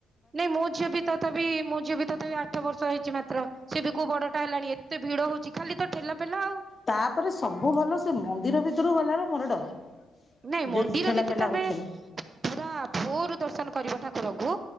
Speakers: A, on the right (about 35°); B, on the left (about 30°).
A: ନାଇଁ ମୋ ଝିଅ ବି ତଥାବି ମୋ ଝିଅ ବି ତଥାବି ଆଠ ବର୍ଷ ହେଇଛି ମାତ୍ର, ସେବି କୋଉ ବଡଟା ହେଲାଣି ଏତେ ଭିଡ ହଉଛି ଖାଲି ତ ଠେଲା ପେଲା ଆଉ।
B: ତାପରେ ସବୁ ଭଲ ସେ ମନ୍ଦିର ଭିତରକୁ ଗଲାବେଳୁ ମୋର ଡର।
A: ନାଇଁ ମନ୍ଦିର
B: ଯୋଉ ଠେଲା
A: ଯଦି
B: ପେଲା
A: ତମେ
B: ହଉଛନ୍ତି
A: ପୁରା ଭୋରୁ ଦର୍ଶନ କରିବ ଠାକୁରଙ୍କୁ